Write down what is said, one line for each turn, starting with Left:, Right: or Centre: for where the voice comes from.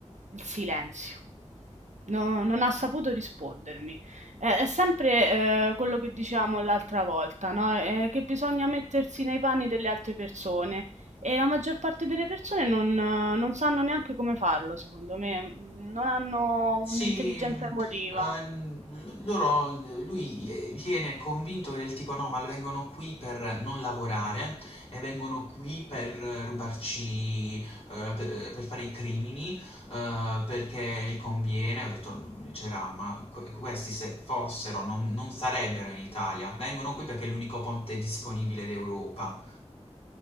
Right: Il silenzio. No- non ha saputo rispondermi. Eh, È sempre eh, quello che diciamo l'altra volta, no? Eh, che bisogna mettersi nei panni delle altre persone e la maggior parte delle persone non, eh, non sanno neanche come farlo, secondo me, Mm, non hanno un'intelligenza
Left: Sì, mh,
Right: emotiva.
Left: ehm, loro, lui eh, viene convinto del tipo no, ma vengono qui per non lavorare e vengono qui per eh, rubarci, eh, per, per fare i crimini, eh, perché li conviene. Ho detto, "Mm, c'era, ma que- questi se fossero non, non sarebbero in Italia, vengono qui perché è l'unico ponte disponibile d'Europa.